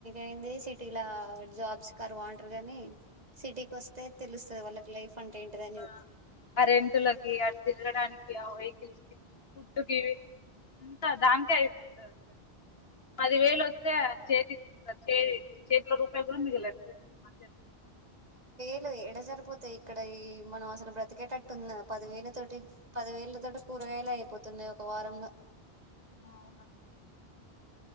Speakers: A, on the right; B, on the left.
A: ఏంది సిటీల జాబ్స్ కరువా అంటారు కాని సిటీకి వస్తే తెలుస్తుంది వాళ్ళకి లైఫ్ అంటే ఏంటిదని
B: ఆ కరెంటులకి అ తిరగడానికి ఆ వెహికల్స్ కి ఫుడ్డు కి అంతా దానికే అయిపోతుంది అసలు పది వేలు వస్తే చేతి చే చేతిల రూపాయి కూడా మిగిలదు మంత్ ఎండ్
A: ఇలా వేడ సరిపోతాయి ఇక్కడ ఈ మనం అసలు బ్రతకేటట్టు ఉంద పదివేల తోటి పదివేల తోటి కూరగాయలు అయిపోతున్నాయి ఒక వారంల
B: అవునక్క
A: అ